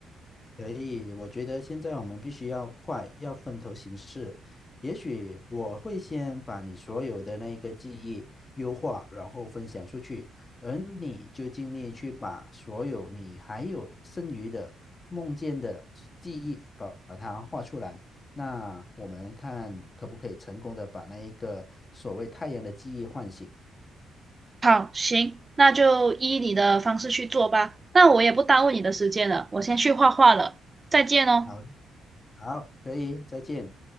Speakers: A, on the left; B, on the right.
A: 可以，我觉得现在我们必须要快，要分头行事。也许我会先把你所有的那个记忆优化，然后分享出去，而你就尽力去把所有你还有剩余的梦见的记忆把把它画出来。那我们看可不可以成功的把那一个所谓太阳的记忆唤醒。
B: 好，行，那就依你的方式去做吧。那我也不耽误你的时间了，我先去画画了，再见哦。
A: 好，好，可以，再见。